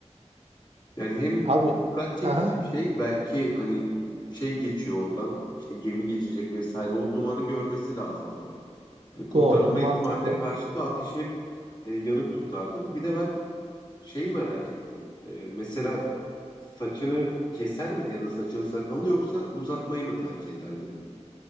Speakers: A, on the left; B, on the right.
A: Yani hem
B: Abi
A: dikkat çekici
B: aha,
A: bir şey belki hani şey geçiyor oradan işte gemi geçecek vesaire o dumanı görmesi lazım abi. Hani kurtarılma
B: doğru mantıklı.
A: ihtimaline karşı da ateşi hep e, yanık tutardım. Bir de ben şey merak ettim. E, mesela saçını keser miydin ya da saçın sakalını yoksa uzatmayı mı tercih ederdin?